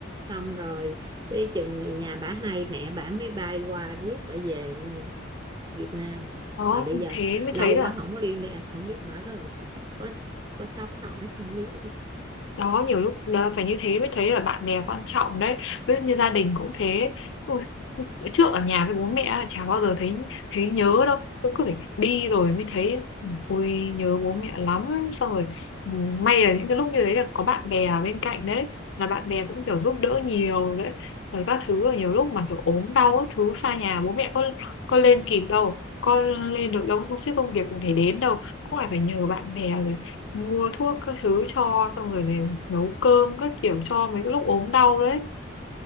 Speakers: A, on the right; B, on the left.
A: xong rồi tới chừng người nhà bả hay mẹ bả mới bay qua rước bả về Việt Nam
B: đó
A: mà bây giờ
B: thế mới
A: lâu
B: thấy là
A: quá không có liên lạc không biết bả có có, có sống nổi không biết
B: đó nhiều lúc đó, phải như thế mới thấy là bạn bè quan trọng đấy ví dụ như gia đình cũng thế Ôi, trước ở nhà với bố mẹ là chả bao giờ thấy thấy nhớ đâu cứ cứ phải đi rồi mới thấy ui nhớ bố mẹ lắm xong rồi ừ, may là những cái lúc như thế là có bạn bè ở bên cạnh đấy là bạn bè cũng kiểu giúp đỡ nhiều đấy rồi các thứ rồi nhiều lúc mà kiểu ốm đau các thứ xa nhà bố mẹ có có lên kịp đâu có lên được đâu có sắp xếp công việc để đến đâu cũng lại phải nhờ bạn bè rồi mua thuốc các thứ cho xong rồi này nấu cơm các kiểu cho mấy cái lúc ốm đau đấy